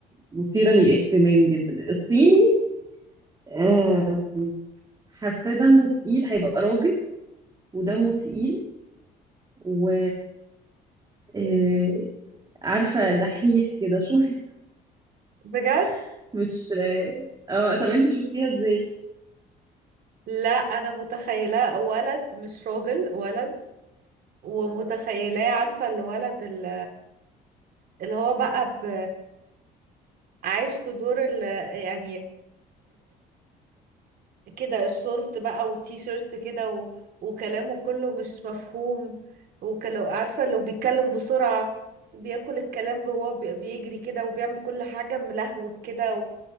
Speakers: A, on the right; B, on the right.
A: مثيرة للاهتمام جدا الصيني آه، حاسة دمه تقيل هيبقى راجل ودمه تقيل و آه، عارفة دحيح كده شوية
B: بجد
A: <laughs> مش اه آه، طب انتي شفتيها ازاي؟
B: لا أنا متخيلاه ولد مش راجل ولد ومتخيلاه عارفة الولد ال- اللي هو بقى ب... عايش في دور ال... يعني كده الشورت بقى والتي شيرت كده و... وكلامه كله مش مفهوم وكلو عارفة لو بيتكلم بسرعة بياكل الكلام وهو بي- بيجري كده وبيعمل كل حاجة ملهوج كده